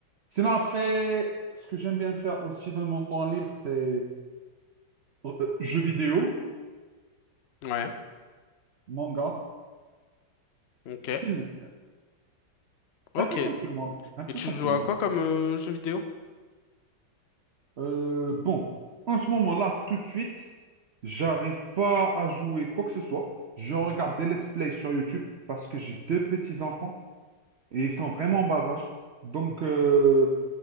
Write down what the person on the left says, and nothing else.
Ouais.
Ok.
Ok.
Et
tu
joues
à
quoi comme euh, jeu vidéo?